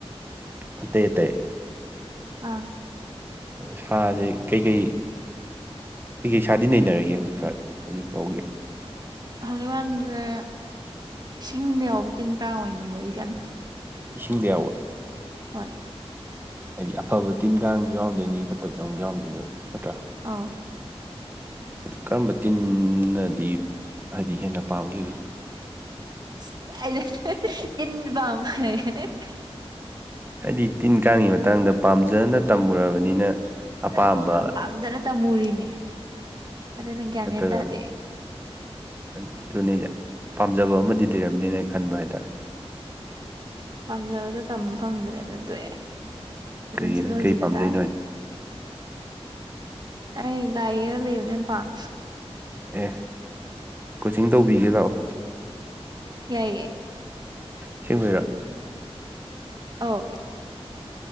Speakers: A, on the right (about 20°); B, on the right (about 40°).
A: ꯑꯇꯩ ꯑꯇꯩ
B: ꯑꯥ꯫
A: ꯑ ꯁꯥꯁꯦ ꯀꯩꯀꯩ꯫ ꯑꯩ ꯀꯩ ꯁꯥꯗꯤ ꯅꯩꯅꯔꯒꯦ ꯍꯧꯖꯤꯛꯀꯥꯟ ꯍꯧꯖꯤꯛ ꯐꯥꯎꯒꯤ
B: ꯍꯧꯖꯤꯛ ꯋꯥꯥꯟꯁꯦ ꯏꯁꯤꯡꯗ ꯌꯥꯎꯕ ꯇꯤꯟ ꯀꯥꯡ ꯑꯣꯏꯅ ꯅꯩꯅꯔꯤ ꯀꯅ
A: ꯏꯁꯤꯡꯗ ꯌꯥꯎꯋ꯫
B: ꯍꯣꯏ
A: ꯍꯥꯏꯗꯤ ꯑꯐꯕ ꯇꯤꯟ ꯀꯥꯡꯁꯨ ꯌꯥꯎꯔꯝꯗꯣꯏꯅꯤ ꯐꯠꯇꯕꯁꯨ ꯌꯥꯎꯔꯝꯗꯣꯏꯅꯦꯕ ꯅꯠꯇ꯭ꯔꯥ꯫
B: ꯑ
A: ꯀꯔꯝꯕ ꯇꯤꯝꯅꯗꯤ ꯍꯥꯏꯗꯤ ꯍꯦꯟꯅ ꯄꯥꯝꯒꯦ
B: <unintelligible>
A: ꯍꯥꯏꯗꯤ ꯇꯤꯟ ꯀꯥꯡꯒꯤ ꯃꯇꯥꯡꯗ ꯄꯥꯝꯖꯅ ꯇꯝꯃꯨꯔꯕꯅꯤꯅ
B: ꯆꯞ
A: ꯑꯄꯥꯝꯕ
B: ꯌꯥꯝ ꯄꯥꯝꯖꯅ ꯇꯝꯃꯨꯔꯤꯅꯤ꯫ ꯑꯗꯨꯅ ꯒ꯭ꯌꯥꯟ
A: ꯅꯠꯇꯔꯥꯒ
B: ꯃꯦꯟ ꯇꯥꯗꯦ
A: ꯑꯗꯨꯅꯤ ꯄꯥꯝꯖꯕ ꯑꯃꯗꯤ꯫ ꯂꯩꯔꯝꯅꯤꯅ ꯑꯩ ꯈꯟꯕ ꯍꯥꯏꯇꯥꯔꯦ
B: ꯄꯥꯝꯖꯕꯗꯣ ꯇꯝꯕ ꯐꯪꯗ꯭ꯔꯦꯗꯅ ꯇꯣꯛꯑꯦ
A: ꯀꯩꯒꯤꯅ
B: ꯆꯂꯣꯖꯤꯗ
A: ꯀꯩ ꯄꯥꯝꯖꯩꯅꯣ
B: ꯇꯥꯔꯦ
A: ꯍꯥꯏꯁꯦ
B: ꯑꯩ ꯂꯥꯏꯌꯦꯔ ꯂꯩꯕꯅꯦ ꯌꯥꯝ ꯄꯥꯟ
A: ꯑꯦ ꯀꯣꯆꯤꯡ ꯇꯧꯕꯤꯒꯦ ꯂꯥꯛꯑꯣ꯫
B: ꯌꯥꯏ ꯌꯥꯏ
A: ꯁꯤꯃꯤꯔꯣ
B: ꯑꯥꯎ